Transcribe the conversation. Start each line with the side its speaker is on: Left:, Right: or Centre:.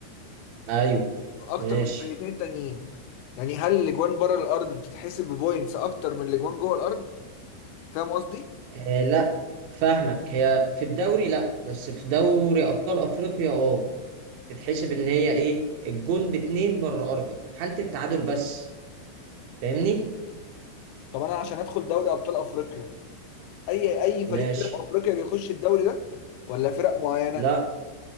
Right: ايوه
Left: واكتر
Right: ماشي
Left: من الفرقتين التانيين يعني هل الاجوان بره الارض بتتحسب ببوينتس اكتر من الاجوان جوه الارض فاهم قصدي
Right: آه لا فاهمك هي في الدوري لا بس في دوري ابطال افريقيا اه تتحسب ان هي ايه الجون باتنين بره ارضك حالة التعادل بس فاهمني
Left: طب انا عشان ادخل دوري ابطال افريقيا اي اي فريق
Right: ماشي
Left: في افريقيا بيخش الدوري ده ولا فرق معينة
Right: لا